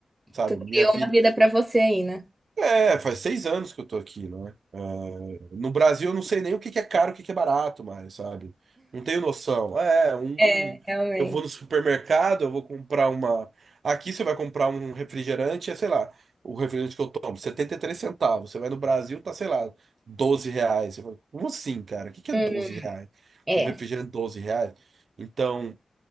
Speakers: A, on the right; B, on the right.
A: sabe?
B: Tu criou
A: Minha vida
B: uma vida pra você aí, né?
A: É, faz seis anos que eu tô aqui, né? É, no Brasil eu não sei nem o que que é caro, o que que é barato mais, sabe? Não tenho noção. É, um,
B: É,
A: um-
B: realmente.
A: eu vou no supermercado, eu vou comprar uma. Aqui você vai comprar um refrigerante, é, sei lá, o refrigerante que eu tomo, 73 centavos. Você vai no Brasil, tá, sei lá, 12 reais. Você fala, como assim, cara? O que que é
B: Hum,
A: 12 reais?
B: é.
A: Um refrigerante 12 reais? Então.